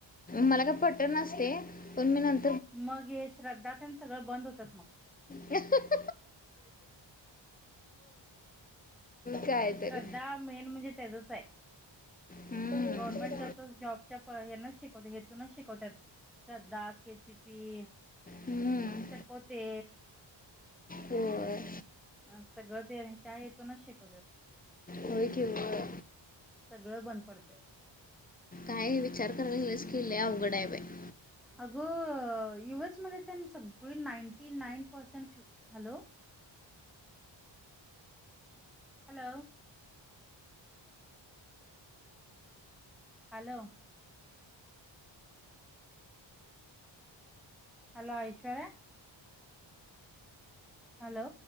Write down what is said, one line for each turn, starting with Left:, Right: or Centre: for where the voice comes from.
Left: मला काय पटनाच ते पण मी नं
Centre: मग हे श्रद्धा तेन सगळं बंद होतात मग.
Left: इ काय
Centre: ते श्रद्धा
Left: तर
Centre: मेन म्हणजे त्याचच आहे
Left: हम्म.
Centre: गवर्मेंट जॉब जॉबच्या हे नच शिकवते हेतूनच शिकवतात श्रद्धा, केसिपी,
Left: हम्म.
Centre: चकोते.
Left: होय.
Centre: अ सगळं ते त्या हेतूनचं शिकवतात
Left: होय की होय
Centre: सगळं बंद पडते.
Left: काय विचार कराय लागलीस की लयी आवघड आहे बाई.
Centre: अगं यूएस मध्ये तर सगळी ninety nine percent hello hello hello hello Aishwarya. Hello.